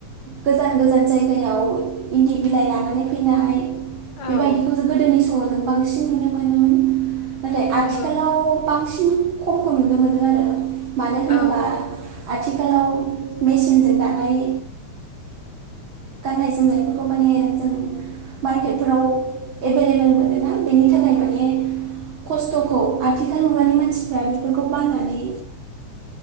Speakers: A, on the right; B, on the left.
A: गोजान गोजान जायगायाव इन्दि बिलाइ लानानै फैनाय
B: औ
A: बेबायदिखौ जों गोदोनि समाव बांसिन नुनो मोनोमोन। नाथाय
B: नंगौ
A: आथिखालाव बां सिन खमखौ नुनो मोनो आरो। मानो होनोबा
B: औ
A: आथि खालाव मेचिनजों दानाय गाननाय जोमनायफोरखौ माने जों मार्केटफोराव एभेलेबेल मोनोना बेनि थाखाय माने खस्थ'खौ आथिखाल मुगानि मानसिफ्रा बेफोरखौ बायनानै